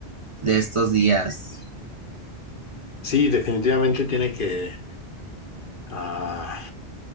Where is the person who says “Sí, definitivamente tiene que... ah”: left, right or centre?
Left